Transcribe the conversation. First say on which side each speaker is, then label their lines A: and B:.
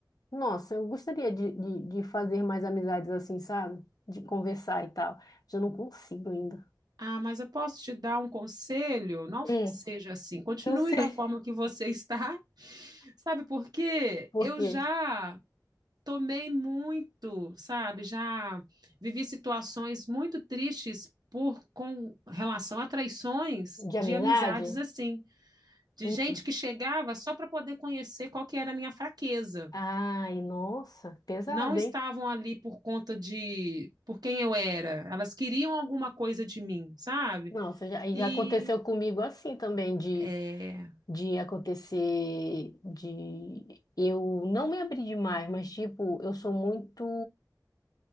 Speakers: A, on the left; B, on the right.
A: nossa, eu gostaria de, de, de fazer mais amizades assim, sabe? De conversar e tal. Mas eu não consigo ainda.
B: Ah, mas eu posso te dar um conselho? Não
A: Hum,
B: seja assim. Continue
A: não sei.
B: da forma que você está. <laughs> Sabe por quê?
A: Por
B: Eu
A: quê?
B: já tomei muito, sabe? Já vivi situações muito tristes por com relação a traições
A: De
B: de
A: amizade?
B: amizades assim, de
A: Hum.
B: gente que chegava só para poder conhecer qual que era a minha fraqueza.
A: Ai, nossa, pesado,
B: Não estavam
A: hein?
B: ali por conta de por quem eu era. Elas queriam alguma coisa de mim, sabe?
A: Nossa, já- aí
B: E
A: já aconteceu comigo assim também, de,
B: É,
A: de acontecer, de eu não me abrir demais, mas tipo, eu sou muito.